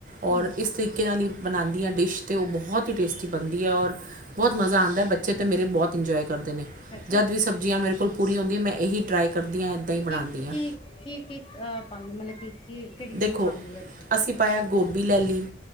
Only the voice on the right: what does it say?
ਔਰ
ਇਸ ਤਰੀਕੇ ਬਣਾਉਂਦੀ ਹਾਂ ਡਿਸ਼ ਅਤੇ ਉਹ ਬਹੁਤ ਹੁ ਟੇਸਟੀ ਬਣਦੀ ਔਰ ਬਹੁਤ ਮਜ਼ਾ ਆਂਦਾ, ਬੱਚੇ ਤੇ ਮੇਰੇ ਬਹੁਤ ਇੰਜੋਏ, ਕਰਦੇ ਨੇ
ਜਦ ਵੀ ਸਬਜ਼ੀਆਂ ਮੇਰੇ ਕੋਲ ਪੂਰੀਆਂ ਆਦੀਆਂ ਮੈਂ ਇਹੀ ਟਰਾਈ ਕਰਦੀ ਹਾਂ ਇੱਦਾਂ ਹੀ ਬਣਾਨੀ
ਹਾਂ
ਦੇਖੋ
ਅਸੀਂ ਪਾਇਆ ਗੋਭੀ ਲੈਲੀ